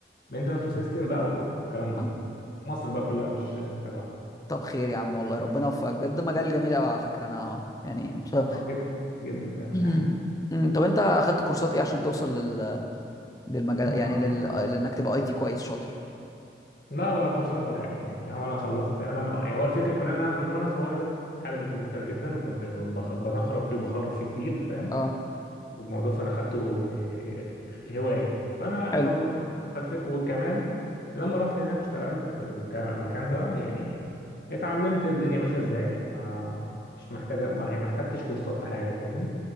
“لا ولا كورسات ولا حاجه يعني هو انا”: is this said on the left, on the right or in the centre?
Left